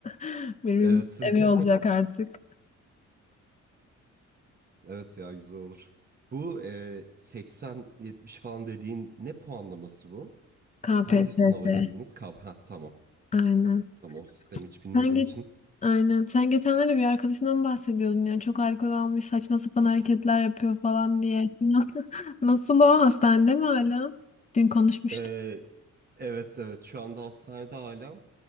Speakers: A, on the left; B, on the right.
A: <laughs> Birbirimiz
B: Evet.
A: evi olacak
B: <laughs>
A: artık.
B: Evet ya güzel olur. Bu e, 80-70 falan dediğin ne puanlaması bu?
A: KPSS.
B: Hangi sınava girdiniz? Kab ha tamam.
A: Aynen.
B: Tamam o sistemi hiç bilmediğim
A: Sen ge-
B: için.
A: Aynen. Sen geçenlerde bir arkadaşından bahsediyordun ya. Çok alkol almış, saçma sapan hareketler yapıyor falan diye. <laughs> Nasıl o hastanede mi hala? Dün konuşmuştuk.
B: E, evet evet şu anda hastanede hala.